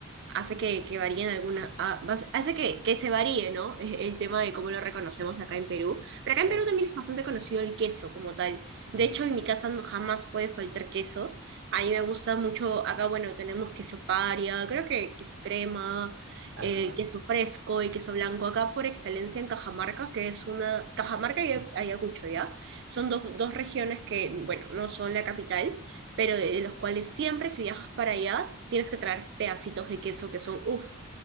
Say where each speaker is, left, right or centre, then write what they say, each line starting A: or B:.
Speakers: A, on the right; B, on the right.
A: hace que, que varíen algunas, ah, vas- hace que, que se varíe, ¿no? Eh, El tema de cómo lo reconocemos acá en Perú. Pero acá en
B: claro.
A: Perú también es bastante conocido el queso como tal.
B: Mm.
A: De hecho, en mi casa no- jamás puede faltar queso. A mí me gusta mucho, acá, bueno, tenemos queso paria, creo que queso crema,
B: Ajá.
A: el queso fresco, el queso blanco. Acá por excelencia en Cajamarca, que es una... Cajamarca y Ayacucho, ¿ya? Son dos dos regiones que, bueno, no son la capital pero de los cuales siempre si viajas para allá tienes que traer pedacitos de queso que son, uff,